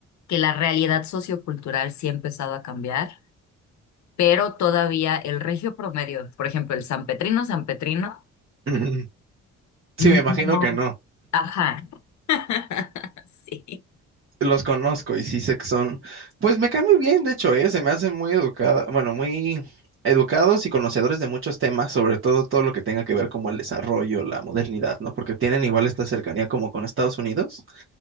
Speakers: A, on the left; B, on the right.
A: que la realidad sociocultural sí ha empezado a cambiar. pero todavía el regio promedio, por ejemplo, el sanpetrino, sanpetrino,
B: ujú. Sí,
A: no.
B: me imagino que no.
A: Ajá, <laughs> sí.
B: Los conozco y sí sé que son, pues me cae muy bien, de hecho, ¿eh? Se me hacen muy educada, bueno, muy educados y conocedores de muchos temas, sobre todo todo lo que tenga que ver como el desarrollo, la modernidad, ¿no? Porque tienen igual esta cercanía como con Estados Unidos.